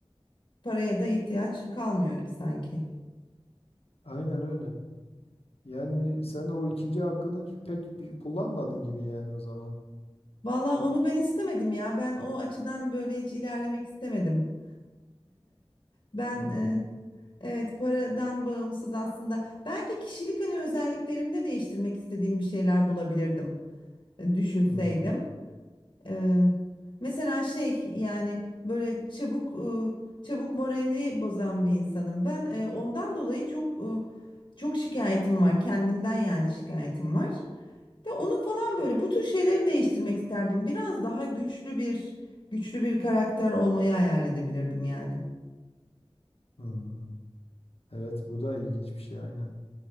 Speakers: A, on the left; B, on the left.
A: paraya da ihtiyaç kalmıyor gibi sanki.
B: Aynen öyle. Yani sen de o ikinci hakkını pek bir kullanmadın gibi yani o zaman.
A: Valla onu ben istemedim ya ben o açıdan böyle hiç ilerlemek istemedim. <laughs> Ben
B: Hmm,
A: e, Evet, paradan bağımsız aslında. Belki kişilik hani özelliklerimde değiştirmek istediğim bir şeyler bulabilirdim. e, Düşünseydim.
B: hmm,
A: Ee, mesela şey yani böyle çabuk e, çabuk moralini bozan bir insanım. Ben e, ondan dolayı çok e, çok şikayetim var. Kendimden yani şikayetim var. Ve onu falan böyle bu tür şeyleri değiştirmek isterdim. Biraz daha güçlü bir güçlü bir karakter olmayı hayal edebilirdim yani.
B: hmm. Evet bu da ilginç bir şey aynen.